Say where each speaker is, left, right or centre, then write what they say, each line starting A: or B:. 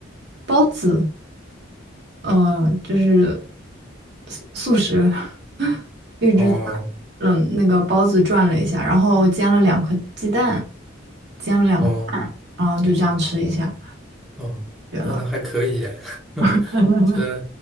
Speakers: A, on the right; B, in the centre.
A: 包子，呃，就是素素食 <laughs> 一制菜，
B: 哦
A: 嗯，那个包子转了一下，然后煎了两颗鸡蛋，煎了两个蛋，
B: 哦
A: 然后就这样吃一下，
B: 哦，
A: 绝了。
B: 那那还可以耶 <laughs> 我
A: <laughs>
B: 觉得